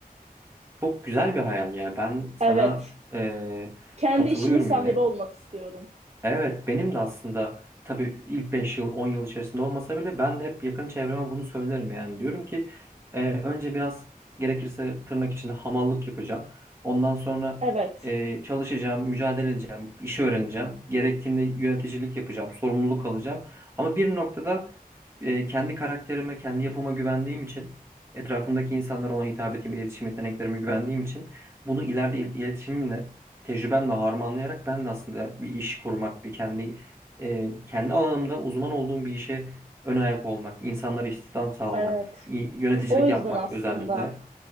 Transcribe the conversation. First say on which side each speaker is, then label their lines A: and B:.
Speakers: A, on the right; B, on the right.
A: Çok güzel bir hayal yani. Ben sana
B: Evet.
A: e,
B: Kendi
A: katılıyorum
B: işimin sahibi
A: yine.
B: olmak istiyorum.
A: Evet benim de aslında tabii ilk 5 yıl 10 yıl içerisinde olmasa bile ben de hep yakın çevreme bunu söylerim yani. Diyorum ki e, önce biraz gerekirse tırnak içinde hamallık yapacağım. Ondan sonra
B: Evet.
A: e, çalışacağım, mücadele edeceğim, işi öğreneceğim. Gerektiğinde yöneticilik yapacağım, sorumluluk alacağım. Ama bir noktada e, kendi karakterime, kendi yapıma güvendiğim için etrafımdaki insanlara olan hitabetimi, iletişim yeteneklerime güvendiğim için bunu ileride il- iletişimimle tecrübemle harmanlayarak ben de aslında bir iş kurmak, bir kendi e, kendi alanımda uzman olduğum bir işe ön ayak olmak, insanlara istihdam sağlamak,
B: Evet.
A: i- yöneticilik
B: O yüzden
A: yapmak
B: aslında.
A: özellikle.